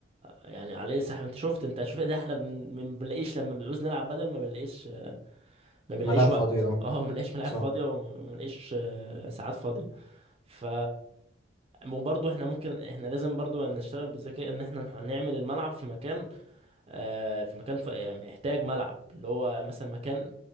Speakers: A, on the right; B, on the left.
A: يعني عليه سحب انت شفت انت شفت ده احنا بن- ما بنلاقيش لما بنعوز نلعب بدل ما بنلاقيش ما بنلاقيش
B: ملاعب
A: وقت
B: فاضية اه
A: اه ما بنلاقيش ملاعب
B: صح
A: فاضية وما بنلاقيش آه، ساعات فاضية ف وبرضه احنا ممكن احنا لازم برضه نشتغل بذكاء ان احنا نح- نعمل الملعب في مكان آه في مكان ف... يعني محتاج ملعب اللي هو مثلا مكان